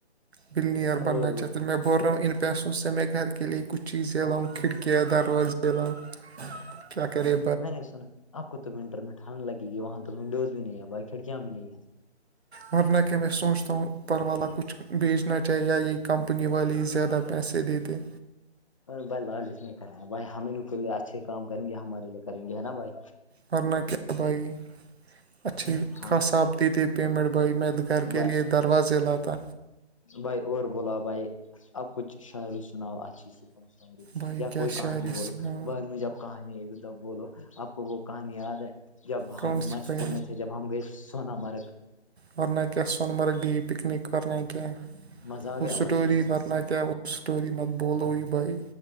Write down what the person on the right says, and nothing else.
بل نئر بننا
چ تو م میں بن <unintelligible> پیسوں س سے م میں گھر کے لیے کچھ چیزلاؤں کھڑکیاں دروازہےلاوں کیا کرے
مگر نہ کہ میں سوچتا ہوں پرو والا کچھ بھیچنا چاہیے یا یہی کمپنی والی زیادہ پیسے دیتے
ورنہ کیا بھائی اچھھی
خاصا آپ دیتے پیمنٹ بوائے میں گھر
کے لیے دروازے لاتا
بھائی
کیا
شاعری
سنا
کون
سی
بھائی
ورننا کیا سون مرگ گ پکنک ننا ک
وہ
سٹوری
بن کیا وہ اسٹوری مت بولوی بئی